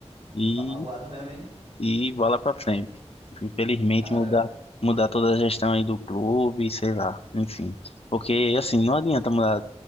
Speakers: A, on the left; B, on the right.
A: E
B: tá magoado mesmo, hein?
A: e bola pra frente. Infelizmente,
B: Cara,
A: mudar, mudar toda a gestão aí do clube, sei lá, enfim. Porque, assim, não adianta mudar